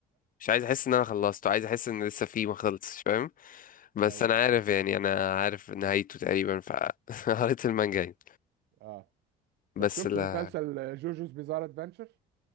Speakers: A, on the left; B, on the right.
A: مش عايز احس ان انا خلصته عايز احس ان لسه فيه ما خلصش فاهم بس
B: ايوه
A: انا
B: ايوه
A: عارف يعني انا عارف نهايته تقريبا فقريت <laughs> المانجا يعني
B: اه
A: بس
B: طب شفت
A: لا
B: مسلسل جوجوز بيزار ادفنتشر